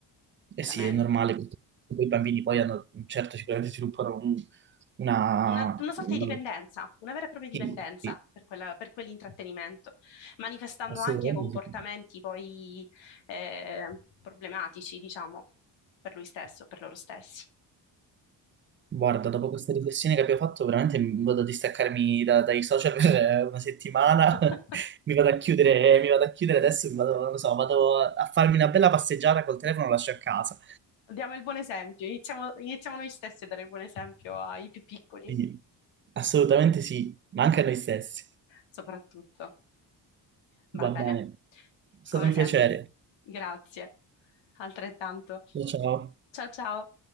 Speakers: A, on the left (about 80°); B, on the right (about 30°).
A: chiaramente.
B: E sì, è normale, perché poi i bambini poi hanno, certo, sicuramente sviluppano un- una...
A: Una, una sorta
B: non
A: di dipendenza,
B: lo so.
A: una vera e propria dipendenza
B: Sì, sì,
A: per quella- per quell'intrattenimento, manifestando
B: assolutamente
A: anche comportamenti
B: sì.
A: poi eh, problematici, diciamo, per lui stesso, per loro stessi.
B: Guarda, dopo questa riflessione che abbiamo fatto, veramente mi vado a distaccarmi da- dai social per eh, una settimana,
A: <laughs>
B: <laughs> mi vado a chiudere, mi vado a chiudere adesso, mi vado, non lo so, vado a farmi una bella passeggiata col telefono, lo lascio a casa.
A: Diamo il buon esempio, iniziamo, iniziamo noi stessi a dare il buon esempio ai più piccoli,
B: Quindi, assolutamente sì, ma anche a noi stessi.
A: soprattutto. Va
B: Va
A: bene,
B: bene, è stato
A: come
B: un
A: sempre.
B: piacere.
A: Grazie, altrettanto.
B: Ciao. ciao.
A: Ciao ciao.